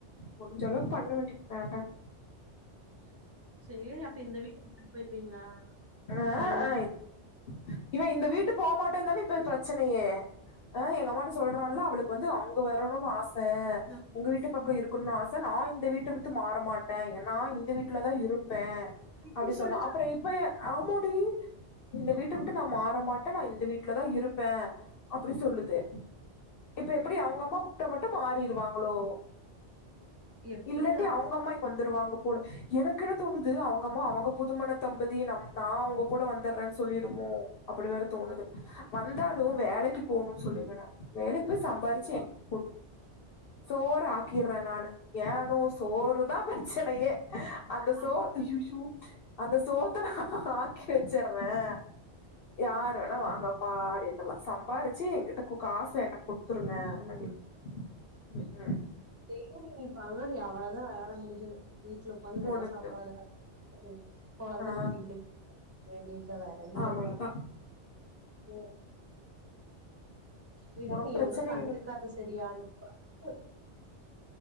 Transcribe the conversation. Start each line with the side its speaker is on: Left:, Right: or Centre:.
Left: முடிஞ்ச அளவு பண்ணு வேண்டி வேண்டாட்டு
Right: <inaudible> அப்ப இந்த வீட்ட விட்டுட்டு போயிருவீங்களா
Left: ஆஹ்
Right: நாங்க வந்து
Left: ஆய் இவன் இந்த வீட்டு போமாட்டேன்னு தானே இப்ப பிரச்சனையே ஆஹ் எங்க அம்மாட்ட சொல்ரான்ல அவள வந்து அவங்க வரணும்னு ஆச
Right: ஆ
Left: உங்க வீட்டு பக்கம்
Right: ம்
Left: இருக்குனு ஆச தான ச நான் இந்த வீட்டை விட்டு மாற மாட்டேன் ஏன்னா இந்த வீட்டு ந்த வீட்ல தான் இருப் இருப்பேன்
Right: இப்டி
Left: அப்டி
Right: சொல்லுச்சா
Left: சொன்னா அப்றம் இப்ப ஆமோடி இந்த வீட்டை விட்டு நான் மாற மாட்ட இந்த வீட்டு வீட்ல தான் இருப்பேன் அப்படி சொல்லுது இப்ப எப்டி அவங்க அம்மாக்கு முட்ட மட்டும் மாறிரு வாங்களோ
Right: எப்டிதானு
Left: இல்லட்டி அவங்க அம்மா இங்க வந்துருவாங்க போல எனக்குனு தோணுது அவங்க அம்மா அவங்க புதுமண தம்பதி நம் நான் அவங்க கூட வந்துறேன்னு சொல்லிருமோ அப்டி வேற தோணுது வந்து இருந்தாலும் வேலைக்கு போணும்னு சொல்றாங்க வேலைக்கு போய் சம்பாரிச்சு எனக் குடுக் சோற ஆக்கிறன் நானு ஏணு சோறுதான் ப ச்செனையே
Right: ஆமா
Left: சோத் ஐயையோ அந்த சோத்து நா ஆக்கி பிச்சிறேன் யாரு வேணா வாங்கப்பா அப்டினு ல்ல சம் சம்பாரிச்சு எ கிட்ட காச என்கிட்ட குடுத்ருங்க
Right: ம்
Left: அப்டின்னு
Right: செரி நீப்பாரு அவ்வளவுதான் வேலை முடிஞ்சது வீட்ல உட்காந்து
Left: முடிஞ்சு
Right: நல்லா சாப்ட்டு கொழந்த
Left: ஆ
Right: குட்டிகலை பாத்துக்க வேண்டியத்தான் வேற என்ன
Left: அவ்வளவுதா
Right: வழி உ விடு
Left: உனக்கு
Right: நீ
Left: பிரச்சனை
Right: ஒண்ணு கண்டுக்காத சரியா நீ அ